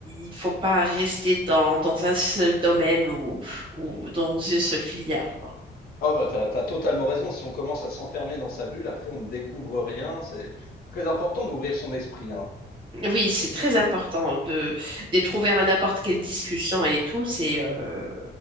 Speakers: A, on the right; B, on the left.
A: il faut pas rester dans, dans un seul domaine ou, ou dans une seule filière quoi.
B: Oh bah t'as, t'as totalement raison. Si on commence à s'enfermer dans sa bulle, après on ne découvre rien. C'est très important d'ouvrir son esprit, hein.
A: Oui, c'est très important de d'être ouvert à n'importe quelle discussion et tout. C'est euh,